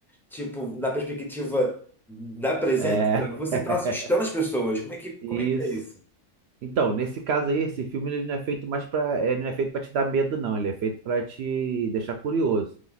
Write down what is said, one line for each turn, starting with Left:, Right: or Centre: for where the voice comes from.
Centre: tipo, da perspectiva da presença,
Right: É,
Centre: você
Right: <laughs>
Centre: tá assustando as pessoas. Como é que, como
Right: isso.
Centre: é que é isso?
Right: Então, nesse caso aí, esse filme ele não é feito mais para, ele não é feito para te dar medo, não. Ele é feito para te deixar curioso.